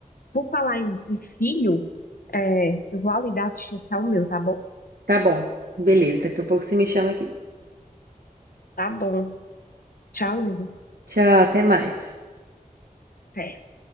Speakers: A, on the left (about 80°); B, on the right (about 80°).
A: Por falar em, em filho, é, eu vou ali dar assistência ao meu, tá bom?
B: Tá bom, beleza. Daqui a pouco você me chama aqui.
A: Tá bom. Tchauzinho.
B: Tchau, até mais.
A: É.